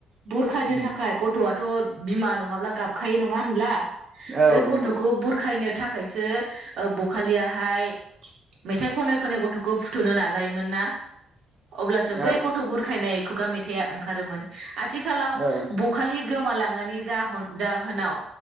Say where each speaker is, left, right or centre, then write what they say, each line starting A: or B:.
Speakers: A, on the right; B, on the right.
A: बुरखानो
B: उम
A: थाखाय गथ'आ गथ' बिमा नङाब्ला गाबखायो नङा होनब्ला
B: औ
A: बै गथ'खौ
B: नंगौ
A: बुरखायनो थाखायसो बखालियाहाय मेथाइ खनै खनै गथ' खौ फुथ'नो नाजायोमोन ना अब्लासो
B: औ
A: बै गथ' बुरखायनाय खुगा मेथाइआ ओंखारोमोन ए आथिखालाव
B: औ
A: बखालि गोमालांनायनि जाहन जाहोनाव